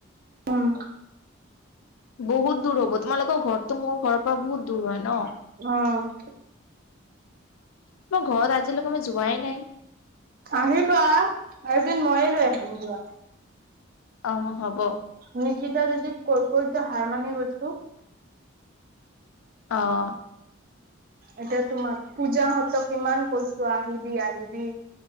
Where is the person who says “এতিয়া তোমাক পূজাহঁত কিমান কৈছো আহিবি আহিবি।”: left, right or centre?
Right